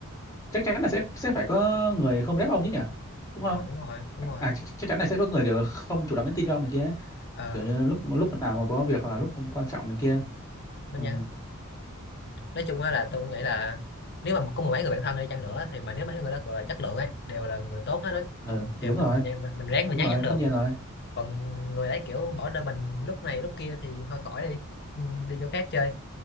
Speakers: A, on the left; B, on the left.
A: chắc chắn là sẽ sẽ phải có người không rep ông chứ nhỉ đúng
B: Ờ,
A: không
B: đúng rồi đúng rồi
A: à chắc, chắc chắn là sẽ có người kiểu không chủ động nhắn tin cho ông này kia
B: Ờ,
A: kiểu như lúc lúc nào mà có việc hoặc là lúc quan trọng này kia
B: nó
A: ừ,
B: nhắn nói chung á là tôi nghĩ là nếu mà có mười mấy người bạn thân đi chăng nữa thì mà nếu mấy người đó gọi là chất lượng ấy đều là người tốt hết đấy
A: ừ
B: thì
A: thì đúng
B: mình,
A: rồi
B: mình, mình ráng mình
A: đúng
B: nhắn
A: rồi
B: nhắn được
A: tất nhiên rồi
B: còn người ấy kiểu bỏ rơi mình lúc này lúc kia thì thôi khỏi đi Ừ, đi chỗ khác chơi